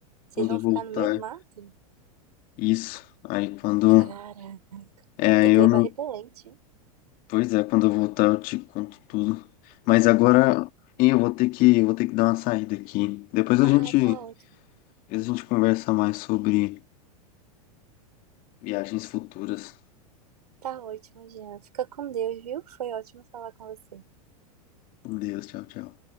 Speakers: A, on the right; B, on the left.
A: Vocês
B: quando
A: vão
B: eu
A: ficar
B: voltar,
A: no meio do mato?
B: isso. Aí quando.
A: Caraca,
B: É, aí
A: tem que
B: eu
A: levar
B: não.
A: repelente, hein?
B: Pois é, quando eu voltar eu te conto tudo. Mas agora eu vou ter que, eu vou ter que dar uma saída aqui. Depois a
A: Ah,
B: gente
A: tá ótimo.
B: Depois a gente conversa mais sobre viagens futuras.
A: Tá ótimo, Jean. Fica com Deus, viu? Foi ótimo falar com você.
B: Com Deus, tchau, tchau.